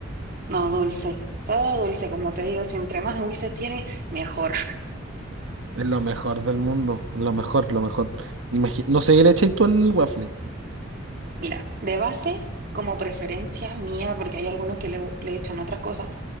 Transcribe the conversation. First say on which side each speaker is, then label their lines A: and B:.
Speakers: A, on the right; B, on the right.
A: no dulce, todo dulce, como te digo, si entre más dulces tienes, mejor.
B: Es lo mejor del mundo. Lo mejor, lo mejor. Imagi- no sé qué le echáis tú al waffle.
A: Mira, de base, como preferencia mía, porque hay algunos que le, le echan otras cosas,